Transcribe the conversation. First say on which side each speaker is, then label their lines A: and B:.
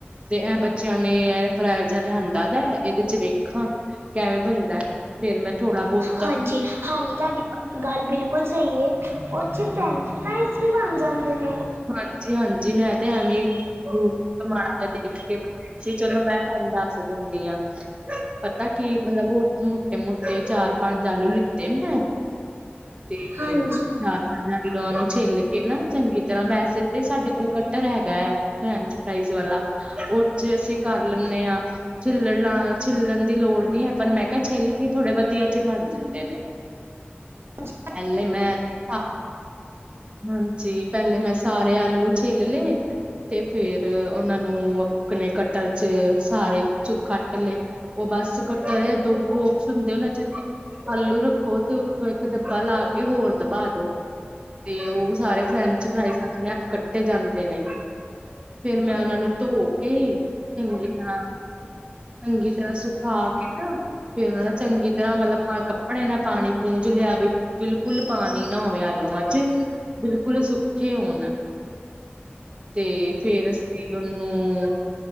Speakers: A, on the right; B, on the right.
A: ਤੇ ਇਹ ਬੱਚਿਆਂ ਨੇ ਇਅ ਫਿਰਾਏ ਜਿਹਾ ਲਿਆਂਦਾ, ਤਾਂ ਇਹਦੇ ਚ ਵੇਖਾਂ ਕਿਵੇਂ ਬਣਦਾ ਫੇਰ ਮੈਂ ਥੋੜ੍ਹਾ-ਬਹੁਤ।
B: ਹਾਂਜੀ। ਹਾਂਜੀ, ਤੁਹਾਡੀ ਗੱਲ ਬਿਲਕੁਲ ਸਹੀ ਏ। ਉਹ 'ਚ ਫਰੈਂਚ ਫਰਾਈਜ਼ ਵੀ ਬਣ ਜਾਂਦੇ ਨੇ।
A: ਹਾਂਜੀ, ਹਾਂਜੀ, ਮੈਂ ਤਾਂ ਐਵੇਂ ਮਾੜਾ ਜਿਹਾ ਦੇਖ ਕੇ ਬਣਾ ਆਂ। ਤੇ ਚਲੋ, ਮੈਂ ਤੁਹਾਨੂੰ ਦੱਸ ਦਿੰਨੀ ਆਂ। ਪਤਾ ਕੀ, ਮਤਲਬ ਮੋਟੇ-ਮੋਟੇ ਚਾਰ-ਪੰਜ ਆਲੂ ਲਿਤੇ ਮੈਂ। ਤੇ
B: ਹਾਂਜੀ
A: ਚਾਰ ਨੂੰ ਛਿੱਲ ਕੇ ਨਾ, ਚੰਗੀ ਤਰਾਂ, ਵੈਸੇ ਤਾਂ ਸਾਡੇ ਕੋਲ ਕਟਰ ਹੈਗਾ ਐ, ਫਰੈਂਚ ਫਰਾਈਜ਼ ਵਾਲਾ। ਉਹ 'ਚ ਅਸੀਂ ਕਰ ਲੈਂਨੇ ਆਂ। ਛਿੱਲਣ ਲਾ, ਛਿੱਲਣ ਦੀ ਲੋੜ ਨਹੀਂ ਏ, ਪਰ ਮੈਂ ਕਿਹਾ, ਛਿੱਲ ਕੇ ਥੋੜ੍ਹੇ ਵਧੀਆ ਜਿਹੇ ਬਣ ਜਾਂਦੇ ਨੇ।
B: ਅੱ
A: ਐਲੇ ਮੈਂ, ਆ, ਹਾਂਜੀ। ਪਹਿਲੇ ਮੈਂ ਸਾਰੇ ਆਲੂ ਛਿੱਲ ਲੇ। 'ਤੇ ਫੇਰ ਉਨਾਂ ਨੂੰ ਅਪਨੇ ਕਟਰ 'ਚ ਸਾਰੇ ਜੁ ਕੱਟ ਲਏ। ਉਹ ਬੱਸ ਕੱਟਰ ਏ, ਦੋ ਬੋਕਸ ਹੁੰਦੇ ਉਨਾ 'ਚ। ਆਲੂ ਰੱਖੋ 'ਤੇ ਉੱਤੋਂ ਇੱਕ ਡੱਬਾ ਲਾ ਕੇ ਹੋਰ ਦਬਾ ਦੋ। 'ਤੇ ਉਹ ਸਾਰੇ ਫਰੈਂਡ। ਸਫਰਾਈਜ਼ ਆਪਨੇ ਆਪ ਕੱਟੇ ਜਾਂਦੇ ਨੇ, ਫੇਰ ਮੈਂ ਉਨਾਂ ਨੂੰ। ਧੋ ਕੇ, ਚੰਗੀ ਤਰਾਂ, ਚੰਗੀ ਤਰਾਂ ਸੁਖਾ ਕੇ ਨਾ। ਫੇਰ ਉਹ ਨੇ ਚੰਗੀ ਤਰਾਂ, ਮਤਲਬ ਪਾ ਕੱਪੜੇ ਨਾਲ ਪਾਨੀ ਪੂੰਝ ਲਿਆ ਬਈ। ਬਿਲਕੁਲ ਪਾਨੀ ਨਾ ਹੋਵੇ ਆਲੂਆ 'ਚ, ਬਿਲਕੁਲ ਸੁਕ ਕੇ ਹੋਨ, 'ਤੇ ਫੇਰ ਅਸੀਂ ਉਨੂੰ